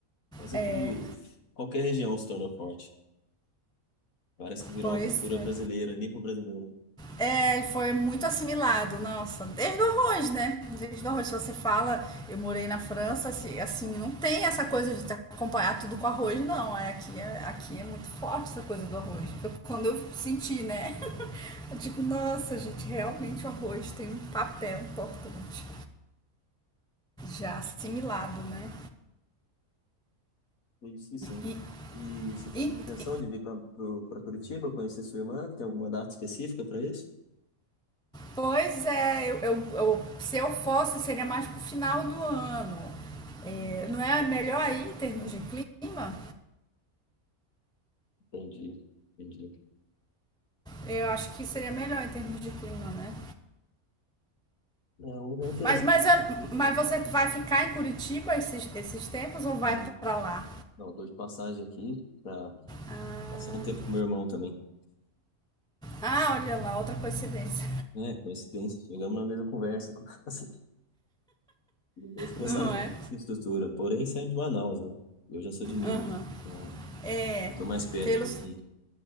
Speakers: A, on the left; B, in the centre.
A: Mas é
B: é,
A: pro... Qualquer região se torna forte. Parece que virou
B: pois
A: uma cultura
B: é.
A: brasileira, nem pro brasileiro.
B: É, ele foi muito assimilado, nossa, desde o arroz, né? Desde o arroz, se você fala, eu morei na França, assim, assim, não tem essa coisa de te acompanhar tudo com arroz, não. É, aqui, é, aqui é muito forte essa coisa do arroz. Eu- quando eu senti, né? <laughs> Eu digo, nossa, gente, realmente o arroz tem um papel importante. já assimilado, né?
A: Eu disse sim.
B: E,
A: E você tem
B: e,
A: pretensão
B: e
A: de vir para pro- Curitiba conhecer sua irmã? Tem alguma data específica para isso?
B: pois é, eu, eu, eu- se eu fosse, seria mais pro final do ano. É, Não é melhor aí em termos de clima?
A: Entendi, entendi.
B: Eu acho que seria melhor em termos de clima, né?
A: É um lugar interessante.
B: Mas, mas, eu-
A: né? Eu também.
B: mas você vai ficar em Curitiba esses, esses tempos ou vai
A: Não,
B: pra lá?
A: não, dou de passagem aqui para
B: Ah,
A: Passando um tempo com meu irmão também.
B: ah, olha lá, outra coincidência.
A: É, coincidência. Chegamos na mesma conversa. <laughs> Assim, Eles começaram
B: <laughs> Não
A: a falar
B: é?
A: de infraestrutura. Porém, isso é de Manaus, né? Eu já sou de Minas.
B: Aham.
A: Então,
B: É,
A: eu tô mais perto
B: pelos.
A: um pouquinho.